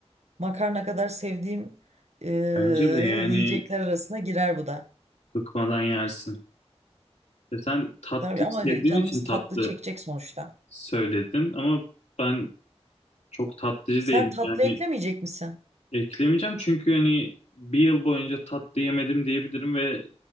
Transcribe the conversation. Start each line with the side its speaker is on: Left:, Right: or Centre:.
Right: Makarna kadar sevdiğim e,
Left: Bence de yani
Right: yiyecekler arasına girer bu da.
Left: bıkmadan yersin. E sen tatlıyı
Right: Tabii ama
Left: sevdiğin
Right: canımız
Left: için tatlı
Right: tatlı çekecek sonuçta.
Left: söyledin ama ben çok tatlıcı
Right: Sen
Left: değilim.
Right: tatlı
Left: Yani
Right: eklemeyecek misin?
Left: eklemeyeceğim çünkü hani bir yıl boyunca tatlı yemedim diyebilirim ve